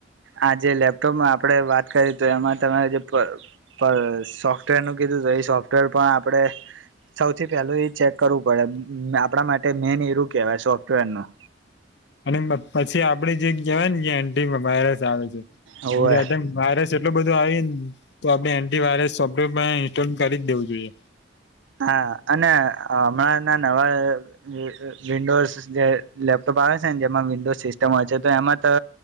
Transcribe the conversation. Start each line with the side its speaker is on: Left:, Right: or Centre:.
Right: આ જે લેપટોપમાં આપડે વાત કરી તો એમાં તમે જે પણ સોફ્ટવેર નું કીધું હતું એ સોફ્ટવેર પણ આપણે સૌથી પહેલું એ છે. કરવું પડે આપણા માટે મેન એરું કેહેવાય સોફ્ટવેરના
Left: અને પછી આપડે જે કહેવાય ગયા એન્ટીક વાઈરસ આવે છે
Right: હોવે
Left: જે તે વાઈરસ એટલો બધો આવી ને તો આપડણે એન્ટી વાયરસ સોફ્ટવેર પણ ઇન્સ્ટોલ કરી જ દેવું જોઈએ.
Right: હા અને હમણાં ના નવા વિન્ડોઝ જે લેપટોપ આવે છે ને જેમાં વિન્ડોઝ સિસ્ટમ હોય છે તો એમાં તો